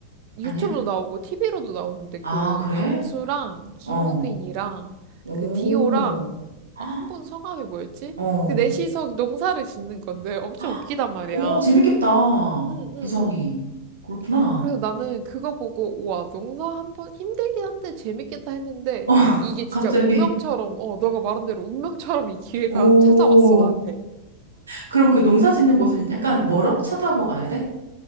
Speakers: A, on the right; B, on the right.
A: 유튜브도
B: 아니야?
A: 나오고 TV로도 나오는데
B: 아,
A: 그
B: 그래?
A: 광수랑 김우빈이랑
B: 어. 오.
A: 그 디오랑
B: 헉,
A: 아, 한 분 성함이 뭐였지?
B: 어.
A: 그 넷이서 농사를 짓는 건데 엄청
B: 헉,
A: 웃기단 말이야.
B: 오, 재밌겠다.
A: 응응응.
B: 구성이. 그렇구나.
A: 그래서 나는 그거 보고 우와 농사 한번 힘들긴 한데 재밌겠다 했는데
B: <laughs> 어,
A: 이게 진짜
B: 갑자기.
A: 운명처럼 어 너가 말한 대로 운명처럼 이 기회가
B: 오.
A: 찾아왔어 나한테.
B: 그럼 그 농사 짓는 곳은 약간 멀어? 차 타고 가야 돼?